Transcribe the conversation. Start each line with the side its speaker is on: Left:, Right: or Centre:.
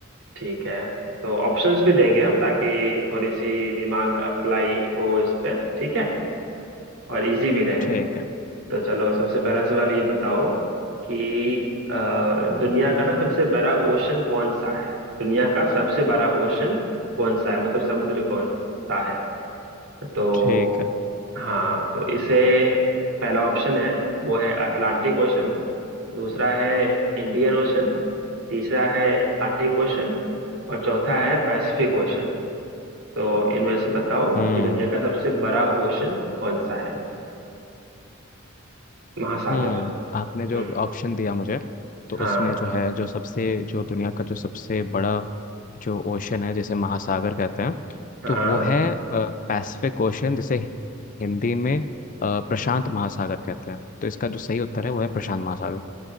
Right: ठीक है तो ऑप्शंस भी देंगे हम ताकि थोड़ी सी दिमाग अप्लाई हो इस पे ठीक है और इजी भी रहे
Left: ठीक है
Right: तो चलो सबसे पहला सवाल ये बताओ कि अ, दुनिया का ना सबसे बड़ा ओशन कौन सा है दुनिया का सबसे बड़ा ओशन कौन सा है मतलब समुद्र कौन सा है तो
Left: ठीक है
Right: हाँ तो इसे पहला ऑप्शन है वो है अटलांटिक ओशन दूसरा है इंडियन ओशन तीसरा है आर्टिक ओशन और चौथा है पैसिफिक ओशन तो इनमें से बताओ
Left: हम्म
Right: कि दुनिया का सबसे बड़ा ओशन कौन सा है महासागर
Left: हम्म आपने जो
Right: हम्म
Left: ऑप्शन दिया मुझे तो
Right: हाँ
Left: उसमें जो है जो सबसे जो दुनिया का जो सबसे बड़ा जो ओशन है जिसे महासागर कहते हैं
Right: हाँ
Left: तो वो है पैसिफिक ओशन जिसे हिंदी में अ, प्रशांत महासागर कहते हैं तो इसका जो सही उत्तर है वो है प्रशांत महासागर